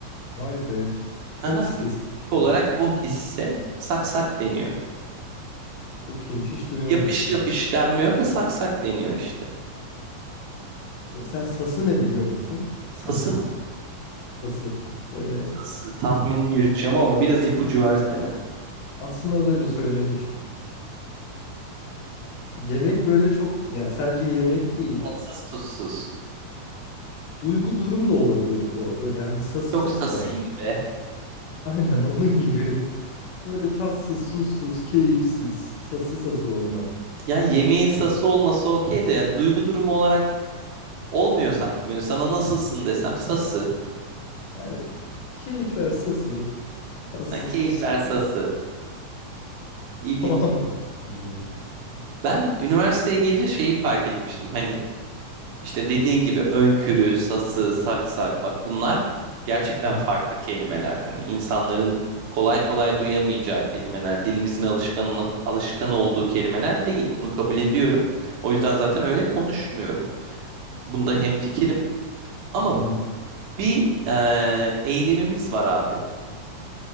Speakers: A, on the left (about 85°); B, on the right (about 75°).
A: vay be. Çok
B: Aha, spesifik
A: spesifik. Evet.
B: olarak bu hisse saksak deniyor.
A: Çok iyiymiş. Hiç duymamıştım.
B: Yapış yapış denmiyor da saksak deniyor işte.
A: Mesela sası ne biliyor musun? Sası.
B: Fası mı?
A: Sası. Böyle
B: Sası tahmin yürüteceğim ama biraz ipucu versene.
A: aslında az önce söylemiştim. Yemek böyle çok ya sadece yemek değil.
B: Tatsız tuzsuz.
A: Duygu durum da olabilir o. Böyle hani sası
B: Çok
A: sası
B: sasıyım
A: der.
B: be.
A: <laughs> Aynen onun gibi. Böyle tatsız, tuzsuz, keyifsiz, sası sası olmak.
B: Yani yemeğin sası olması okey de yani duygu durumu olarak olmuyor sanki. Böyle sana nasılsın desem sası.
A: Yani keyifler sası, tatsız,
B: Ha, keyifler
A: tuzsuz. <laughs>
B: sası. İlginç.
A: O anlamda geliyor.
B: Ben üniversiteye gelince şeyi fark etmiştim. Hani İşte dediğin gibi önkürü, sası, saksak bak bunlar gerçekten
A: <laughs>
B: farklı kelimeler. Hani insanların kolay kolay duyamayacağı kelimeler, dilimizin alışkanlık, alışkan olduğu kelimeler değil. Bunu kabul ediyorum. O yüzden zaten öyle konuşmuyorum. Bunda hemfikirim. Ama
A: Hı hı.
B: bir eee, eylemimiz var abi